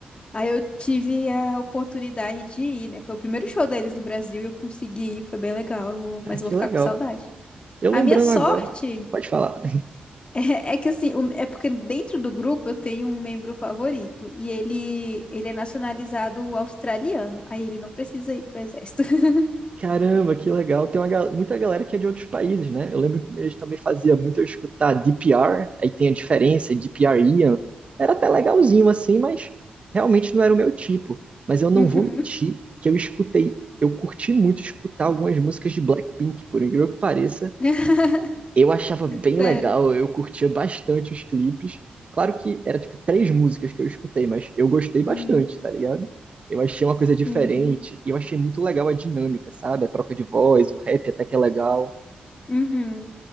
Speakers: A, on the left (about 35°); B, on the right (about 40°).
A: Aí eu tive a oportunidade de ir, né? Foi o primeiro show deles no Brasil e eu consegui ir, foi bem legal, eu vou- mas
B: Ah, que
A: eu vou ficar
B: legal.
A: com saudade.
B: Eu
A: A
B: lembrando
A: minha sorte
B: agora, pode falar.
A: <laughs> é, é que assim, o- é porque dentro do grupo eu tenho um membro favorito e ele, ele é nacionalizado australiano. Aí ele não precisa ir pro exército. <laughs>
B: Caramba, que legal. Tem uma, gal- muita galera que é de outros países, né? Eu lembro que eles também fazia muito eu escutar DPR, aí tem a diferença, DPR Ian. Era até legalzinho assim, mas realmente não era o meu tipo. Mas eu não
A: Uhum.
B: vou mentir que eu escutei, eu curti muito escutar algumas músicas de Blackpink, por incrível que pareça.
A: <laughs>
B: Eu achava bem
A: Sério.
B: legal, eu curtia bastante os clipes. Claro que era tipo três músicas que eu escutei, mas eu gostei bastante,
A: Uhum.
B: tá ligado? Eu achei uma
A: Sim.
B: coisa diferente e eu achei muito legal a dinâmica, sabe? A troca de voz, o rap até que é legal.
A: Uhum.